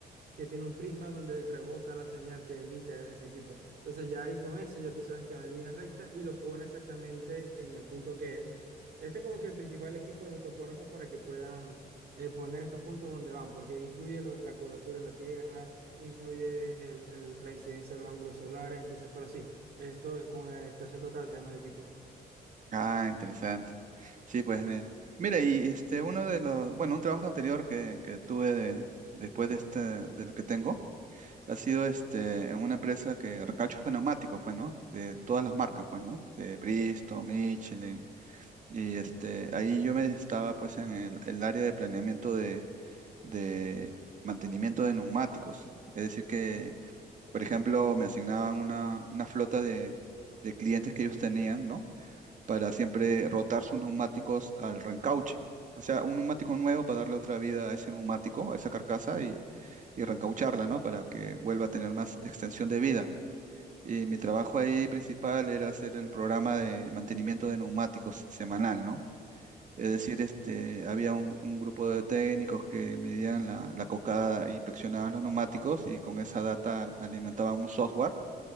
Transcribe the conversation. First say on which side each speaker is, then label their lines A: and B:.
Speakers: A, on the right; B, on the right.
A: que tiene un prisma donde rebota la señal que emite ese equipo. Entonces ya ahí con eso ya tú sabes que va en línea recta y lo pone exactamente en el punto que es. Este es como que el principal equipo de los topógrafos para que puedan eh, poner estos puntos donde van, porque influye lo- la curvatura de la Tierra, influye el- el- la incidencia de los ángulos solares, entonces, pero sí, esto con eh, estación total se llama el equipo.
B: Ah, interesante. Sí, pues mira. Mira, y este, uno de los, bueno, un trabajo anterior que, que tuve de- después de este, de lo que tengo. Ha sido este, en una empresa que recacho de neumáticos, pues, ¿no? De
A: Ujú,
B: todas las marcas, pues, ¿no? De Bristol, Michelin. Y este, ahí yo me estaba, pues, en el, el área de planeamiento de, de mantenimiento de neumáticos. Es decir, que, por ejemplo, me asignaban una, una flota de, de clientes que ellos tenían, ¿no? para siempre rotar sus neumáticos al reencauche. O sea, un neumático nuevo para darle otra vida a ese neumático, a esa carcasa
A: ujú,
B: y, y reencaucharla, ¿no? Para que vuelva a tener más extensión de vida. Y mi trabajo ahí principal era hacer el programa de mantenimiento de neumáticos semanal, ¿no? Es decir, este, había un, un grupo de técnicos que medían la, la cocada, e inspeccionaban los neumáticos y con esa data alimentaban un software